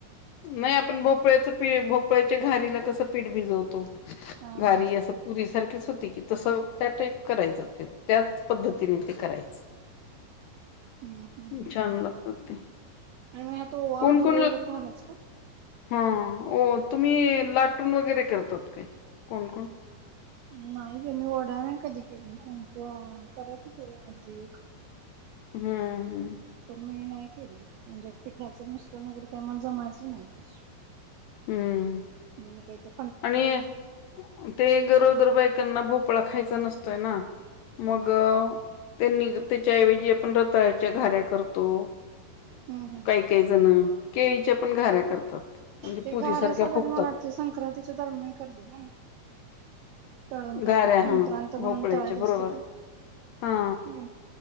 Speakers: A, on the left (about 80°); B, on the right (about 80°).
A: नाही आपण भो पळ्याच प भोपळ्याच्या घारीला कसं पीठ भिजवतो,
B: हा हा
A: घारी
B: हा
A: असं पुरी सारखीच. होते की तसं त्या टाईप करायचं ते त्याच पद्धतीने ते करायचं.
B: हम्म हम्म
A: छान लागत ते.
B: आणि मग ह्यात ओवा,
A: कोण कोण
B: जीरे वगैरे घालायच का?
A: हा तुम्ही लाटून वगैरे करतात काय कोण कोण?
B: नाही गं मी वडा नाही कधी केले आमच्या करायच ते आजी एक.
A: हा हा.
B: पण मी नाही केली म्हणजे पिठाचं मिश्रण वगैरे काय मला जमायचं नाही ते.
A: हम्म
B: मी ना काही तर
A: आणि ते गरोज तर बायकांना भोपळा खायचा नसतोय ना मग
B: हा
A: त्यांनी त्याच्या ऐवजी आपण रताळ्याच्या घाऱ्या करतो
B: हम्म हम्म
A: काही काही जण केळीच्या पण घाऱ्या करतात म्हणजे
B: ते
A: पुरीसारख्या
B: घार्या साधारण
A: फुगतात
B: मला वाटतें संक्रांतीचा दरम्यान करतात ना तळून काय
A: घाऱ्या
B: तर किंक्रांत
A: हा
B: म्हणून
A: भोपळ्याच्या
B: तळायच
A: बरोबर
B: असतें ते
A: हा